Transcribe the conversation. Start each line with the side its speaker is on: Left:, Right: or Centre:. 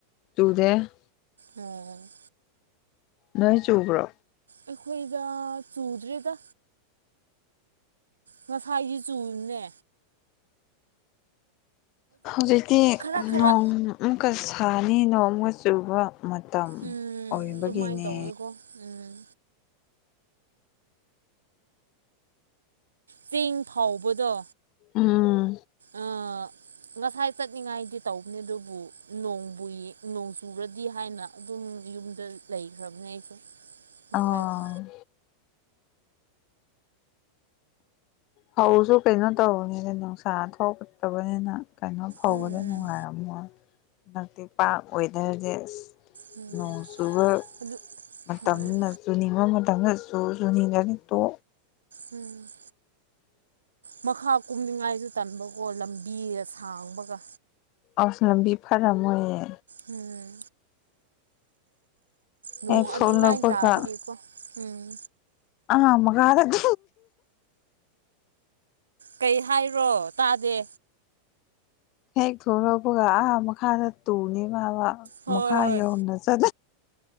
Left: ꯇꯨꯗꯦ
Right: ꯎꯝ
Left: ꯅꯣꯏ ꯆꯕ꯭ꯔꯣ
Right: ꯑꯩꯈꯣꯏꯗ ꯆꯨꯗ꯭꯭ꯔꯔꯤꯗ ꯉꯁꯥꯏꯒꯤ ꯆꯨꯔꯤꯅꯦ
Left: ꯍꯧꯖꯤꯛꯇꯤ
Right: ꯈꯔ ꯈꯔ
Left: ꯅꯣꯡ ꯑꯃꯨꯛꯀ ꯁꯥꯅꯤ ꯅꯣꯡꯃꯨꯛꯀ ꯆꯨꯕ ꯃꯇꯝ
Right: ꯎꯝ
Left: ꯑꯣꯏꯕꯒꯤꯅꯦ
Right: ꯑꯗꯨꯃꯥꯏꯅ ꯇꯧꯋꯤꯀꯣ ꯎꯝ ꯆꯦꯡ ꯐꯥꯎꯕꯗꯣ
Left: ꯑꯥ
Right: ꯑ ꯉꯁꯥꯏ ꯆꯠꯅꯤꯡꯉꯥꯏꯗꯤ ꯇꯧꯕꯅꯦ ꯑꯗꯨꯕꯨ ꯅꯣꯡꯕꯨ ꯅꯣꯡ ꯆꯨꯔꯗꯤ ꯍꯥꯏꯅ ꯑꯗꯨꯝ ꯌꯨꯝꯗ ꯂꯩꯈ꯭ꯔꯕꯅꯦ ꯑꯩꯁꯨ ꯃꯈꯥꯏꯗ
Left: ꯑꯥ ꯍꯧꯧꯁꯨ ꯀꯩꯅꯣ ꯇꯧꯕꯅꯤꯅ ꯅꯨꯡꯁꯥ ꯊꯣꯛꯛꯇꯕꯅꯤꯅ ꯀꯩꯅꯣ ꯐꯧꯕꯗꯣ
Right: ꯎꯝ
Left: ꯅꯨꯡꯉꯥꯏꯔꯝꯃꯣꯏ ꯍꯟꯗꯛꯇꯤ ꯄꯥꯔ ꯋꯦꯗꯔꯁꯦ ꯑꯁ
Right: ꯎꯝ
Left: ꯅꯣꯡ ꯆꯨꯕ
Right: ꯑꯗꯨ
Left: ꯃꯇꯝꯅ
Right: ꯎꯝ
Left: ꯆꯨꯅꯤꯡꯕ ꯃꯇꯝꯗ ꯁꯁꯨꯅꯤꯒꯅꯤ ꯇꯣ
Right: ꯎꯝ ꯃꯈꯥ ꯀꯨꯝꯅꯤꯡꯉꯥꯏꯁꯨ ꯇꯟꯕꯀꯣ ꯂꯝꯕꯤꯗ ꯁꯥꯡꯕꯒ
Left: ꯑꯁꯅꯕꯤ ꯐꯔꯝꯣꯏꯌꯦ
Right: ꯎꯝ ꯅꯣꯡ
Left: ꯍꯦꯛ ꯊꯣꯛꯂꯛꯄꯒ
Right: ꯑꯗꯨꯃꯥꯏꯅ ꯇꯥꯕꯒꯤꯀꯣ ꯎꯝ
Left: ꯑꯃꯒꯗ
Right: ꯀꯩ ꯍꯥꯏꯔꯣ ꯇꯥꯗꯦ
Left: ꯍꯦꯛ ꯊꯣꯡ ꯂꯄꯒ ꯑꯥ ꯃꯈꯥꯗ ꯇꯨꯅꯦ ꯃꯥꯕ
Right: ꯍꯣꯏ
Left: ꯃꯈ ꯈꯥꯏ
Right: ꯍꯣꯏ
Left: ꯌꯅ ꯆ